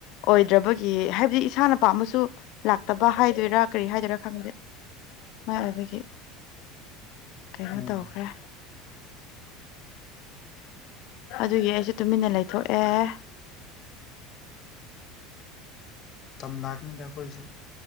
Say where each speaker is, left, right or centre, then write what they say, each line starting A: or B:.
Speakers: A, on the left (about 60°); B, on the left (about 45°).
A: ꯑꯣꯏꯗ꯭ꯔꯕꯒꯤ ꯍꯥꯏꯕꯗꯤ ꯏꯁꯥꯅ ꯄꯥꯝꯝꯕꯁꯨ ꯂꯥꯛꯇꯕ ꯍꯥꯏꯗꯣꯏꯔꯥ ꯀꯔꯤ ꯍꯥꯏꯗꯣꯏꯔꯥ ꯈꯪꯗꯦ ꯃꯥꯏꯏꯕꯒꯤ ꯀꯩꯅꯣ
B: ꯎꯝ
A: ꯇꯧꯈ꯭ꯔꯦ ꯑꯗꯨꯒꯤ ꯑꯩꯁꯨ ꯇꯨꯃꯤꯟꯅ ꯂꯩꯊꯣꯛꯑꯦ
B: ꯇꯝ ꯂꯥꯛꯀꯅꯤꯗ ꯑꯩꯈꯣꯏꯁꯨ